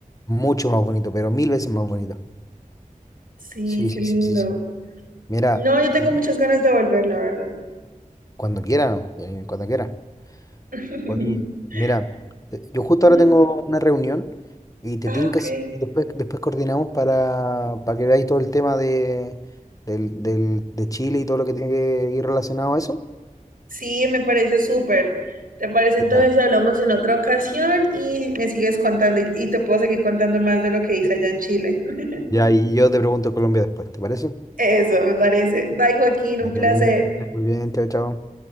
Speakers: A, on the left; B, on the right.
A: mucho más bonito, pero mil veces más bonito.
B: Sí,
A: Sí, sí,
B: qué lindo.
A: sí, sí, sí. Mira,
B: No, yo tengo
A: te digo,
B: muchas ganas de volver, la verdad.
A: cuando quieran, eh, cuando quieran.
B: <laughs>
A: Oye, mira, te- yo justo
B: ¿Mm?
A: ahora tengo una reunión y te
B: Ah,
A: tinca
B: ok.
A: si y después, después coordinamos para, para que veáis todo el tema de, del, del- de Chile y todo lo que tiene que ir relacionado a eso.
B: Sí, me parece súper. ¿Te parece entonces
A: Ya,
B: si hablamos en otra ocasión y me sigues contando y, y te puedo seguir contando más de lo que hice allá en Chile? <laughs>
A: ya, y yo te pregunto Colombia después, ¿te parece?
B: Eso, me parece. Bye, Joaquín,
A: Vale,
B: un placer.
A: Janine, que estés Muy bien, chao, chao.